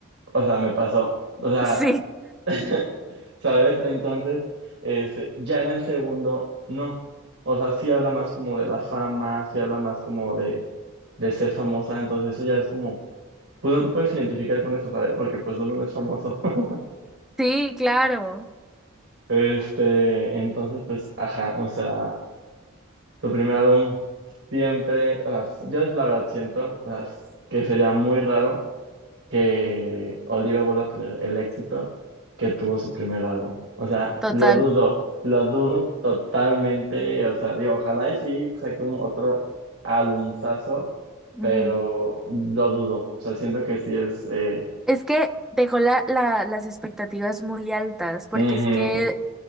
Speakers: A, on the right; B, in the centre.
A: O sea, me pasó. O sea,
B: <laughs> sí.
A: <laughs> ¿sabes? Entonces, este, ya en el segundo, no. O sea, sí habla más como de la fama, sí habla más como de, de ser famosa. Entonces, eso ya es como, pues no te puedes identificar con eso, ¿sabes? Porque pues uno no es famoso. <laughs>
B: Sí, claro,
A: Este, entonces, pues, ajá, o sea, su primer álbum siempre, o sea, yo la verdad siento, o sea, que sería muy raro que Oliva vuelva a tener el éxito que tuvo su primer álbum. O sea,
B: total.
A: lo dudo, lo dudo totalmente. O sea, digo, ojalá y sí saque un otro álbumazo, pero
B: Ujú.
A: lo dudo. O sea, siento que sí es. eh,
B: Es que dejó la, la- las expectativas muy altas, porque
A: ujú,
B: es que,